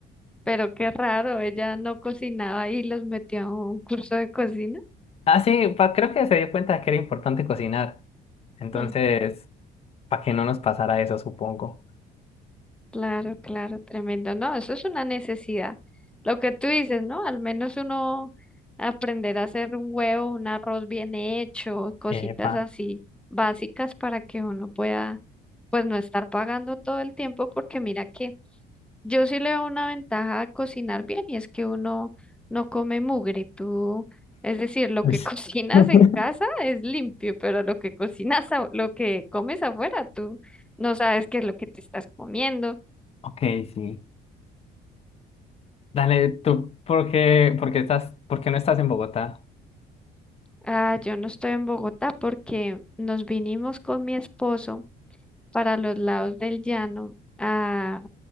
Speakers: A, in the centre; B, on the left.
A: pero qué raro, ella no cocinaba y los metió a un curso de cocina.
B: Ah, sí, pa- creo que se dio cuenta de que era importante cocinar. Entonces,
A: Mm.
B: para que no nos pasara eso, supongo.
A: Claro, claro, tremendo. No, eso es una necesidad. Lo que tú dices, ¿no? Al menos uno aprender a hacer un huevo, un arroz bien hecho, cositas
B: Epa.
A: así básicas para que uno pueda, pues no estar pagando todo el tiempo, porque mira que yo sí le veo una ventaja a cocinar bien y es que uno no come mugre. Tú, es decir, lo
B: Uy.
A: que <laughs> cocinas
B: <laughs>
A: en casa es limpio, pero lo que cocinas, a- lo que comes afuera, tú no sabes qué es lo que te estás comiendo
B: Ok, sí. Dale, tú, ¿por qué, por qué estás, por qué no estás en Bogotá?
A: Ah, yo no estoy en Bogotá porque nos vinimos con mi esposo para los lados del llano a,